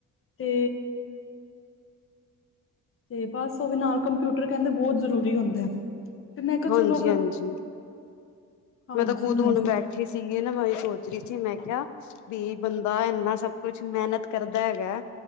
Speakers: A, on the left; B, on the left.
A: ਤੇ ਤੇ ਬਸ ਉਹਦੇ ਨਾਲ ਕੰਪਿਊਟਰ ਕਹਿੰਦੇ ਬਹੁਤ ਜ਼ਰੂਰੀ ਹੁੰਦਾ। ਫਿਰ ਮੈਂ ਕਿਹਾ
B: ਹਾਂਜੀ-ਹਾਂਜੀ।
A: ਚਲੋ ਅਗਰ ਹਾਂਜੀ-ਹਾਂਜੀ
B: ਮੈਂ ਤਾਂ ਖੁਦ ਹੁਣ ਬੈਠੀ ਸੀਗੀ ਨਾ ਮੈਂ ਸੋਚ ਰਹੀ ਸੀ ਮੈਂ ਕਿਹਾ ਵੀ ਬੰਦਾ ਇੰਨਾ ਸਭ ਕੁਛ ਮਿਹਨਤ ਕਰਦਾ ਹੈਗਾ